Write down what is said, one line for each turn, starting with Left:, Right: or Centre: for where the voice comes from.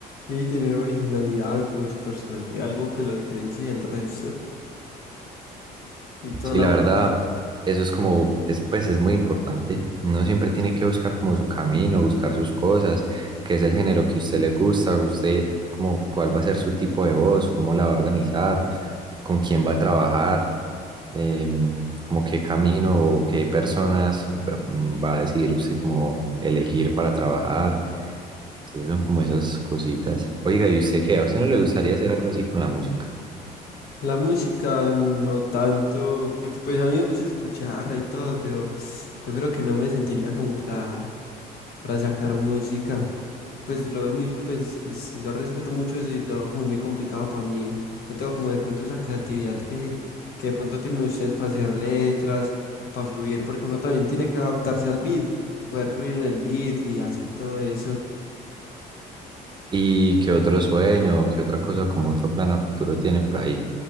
Left: Y tener originalidad como su personalidad, algo que lo diferencie del resto y toda
Right: Sí,
Left: la
Right: la
Left: vuelta.
Right: verdad, eso es como, es, pues es muy importante. Uno siempre tiene que buscar como su camino, buscar sus cosas, qué es el género que a usted le gusta, usted como cuál va a ser su tipo de voz, cómo la va a organizar, con quién va a trabajar, em, como qué camino o qué personas va mm, va a decidir usted como elegir para trabajar. Entonces son como esas cositas. Oiga, ¿y usted qué? ¿A usted no le gustaría hacer algo así con la música?
Left: La música no tanto, porque pues a mí me gusta escucharla y todo, pero yo creo que no me sentiría como para, para sacar música. Pues lo veo muy, pues es- yo respeto mucho eso y lo veo como muy complicado para mí. No tengo como de pronto esa creatividad que, que de pronto tienen ustedes para hacer letras, para fluir, porque uno también tiene que adaptarse al beat, poder fluir en el beat y hacer todo eso.
Right: ¿Y qué otro sueño, qué otra cosa, como otro plan a futuro tiene por ahí?